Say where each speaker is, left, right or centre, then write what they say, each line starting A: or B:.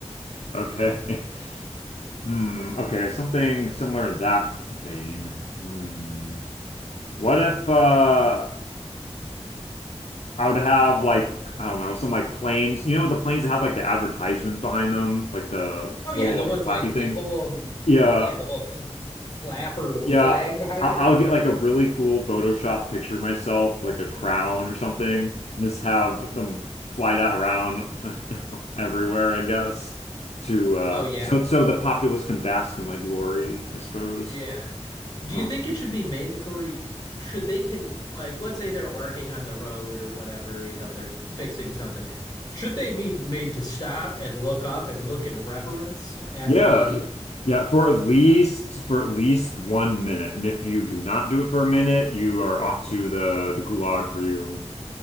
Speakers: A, on the left; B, on the left.
A: Okay. <laughs> Hmm. Okay. Something somewhere in that vein. Hmm. What if uh I would have like I don't know some like planes. You know the planes that have like the advertisements behind them, like the,
B: Oh
A: the
B: yeah,
A: little
B: the
A: like
B: ones
A: the flappy
B: like
A: thing.
B: they pull them,
A: Yeah.
B: yeah, the little fl flapper, the
A: Yeah,
B: flag behind
A: I- I'll
B: it, yeah.
A: get like a really cool Photoshop picture of myself, like a crown or something, and just have them fly that around <laughs> everywhere, I guess. To uh,
B: Oh yeah,
A: so so the populace can bask in my glory, I suppose.
B: Yeah. Do
A: Um,
B: you think it should be mandatory? Should they can like let's say they're working on the road or whatever, you know, they're fixing something. Should they be made to stop and look up and look in reverence at
A: yeah,
B: the
A: yeah, for at least
B: uh,
A: for at least one minute, and if you do not do it for a minute, you are off to the the gulag for you.